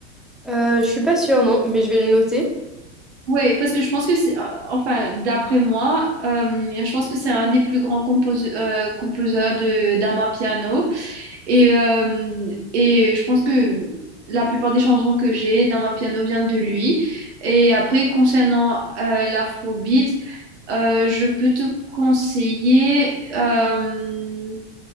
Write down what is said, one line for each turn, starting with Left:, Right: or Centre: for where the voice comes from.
Centre: Euh, je suis pas sûre non, mais je vais le noter.
Right: Oui, parce que je pense que c'est, euh, enfin, d'après moi, euh, je pense que c'est un des plus grands compose- euh, composeurs de d'amapiano. Et, euh, et je pense que la plupart des chansons que j'ai dans ma piano viennent de lui. Et après, concernant euh, l'afrobeat, euh, je peux te conseiller. euh,